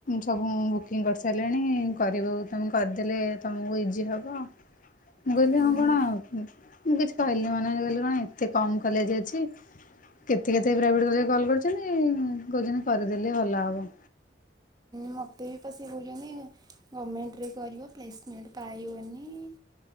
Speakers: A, on the left; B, on the right.
A: ସବୁ ବୁକିଂ କରିସାରିଲେଣି କରିବୁ ତୁମେ କରିଦେଲେ ତମକୁ ଇଜି ହେବ ମୁଁ କହିଲି
B: ହୁଁ
A: ହଁ କଣ
B: ହୁଁ
A: ଆଉ ମୁଁ କିଛି କହିଲିନି ମନେ ମନେ କହିଲି କଣ ଏତେ କମ୍ କଲେଜ୍ ଅଛି। କେତେ କେତେ ପ୍ରାଇଭେଟ୍ କଲେଜ୍ କଲ୍ କରିଚନ୍ତି କହୁଚନ୍ତି କରିଦେଲେ ଭଲ ହବ।
B: ମୋତେ ବି ସେ କଉଛନ୍ତି <unintelligible> ଗମେଣ୍ଟ୍ ରେ କରିବ ପ୍ଲେସ୍ ମେଣ୍ଟ୍ ପାଇବନି।